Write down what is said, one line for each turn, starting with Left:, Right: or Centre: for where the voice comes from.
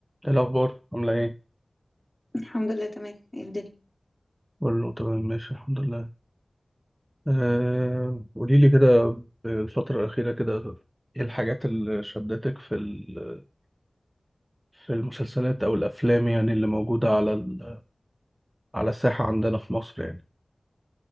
Right: ايه الأخبار عاملة ايه؟
Left: الحمد لله تمام ايه الدنيا
Right: كله تمام ماشي الحمد لله آه قولي لي كده الفترة الأخيرة كده ايه الحاجات اللي شدتك في ال- في المسلسلات أو الأفلام يعني اللي موجودة على ال- على الساحة عندنا في مصر يعني